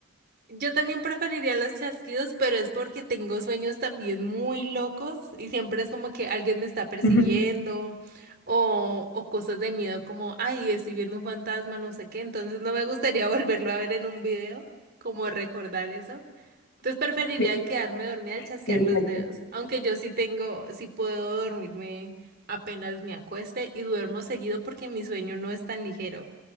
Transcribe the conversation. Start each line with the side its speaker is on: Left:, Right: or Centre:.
Right: Yo también preferiría los chasquidos, pero es porque tengo sueños también muy locos y siempre es como que alguien me está persiguiendo
Left: <laughs>
Right: o, o cosas de miedo como, ay, estoy viendo un fantasma, no sé qué, entonces no me gustaría <laughs> volverlo a ver en un video, como recordar eso. Entonces preferiría
Left: Sí,
Right: quedarme dormida al chasquear
Left: sí, exacto.
Right: los dedos, aunque yo sí tengo, sí puedo dormirme apenas me acueste y duermo seguido porque mi sueño no es tan ligero.